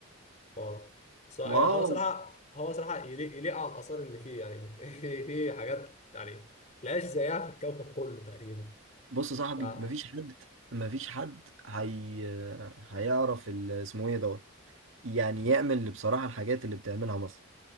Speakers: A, on the left (about 35°); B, on the right (about 70°).
A: اه ص- هو
B: واو
A: صراحه هو صراحه يليق يليق على الاثار اللي فيه يعني <laughs> في في حاجات يعني ما تلاقيش زيها في الكوكب كله تقريبا
B: بص يا صاحبي
A: ف اه
B: مفيش حد مفيش حد هي... هيعرف ال- اسمه إيه دوت يعني يعمل اللي بصراحة الحاجات اللي بتعملها مصر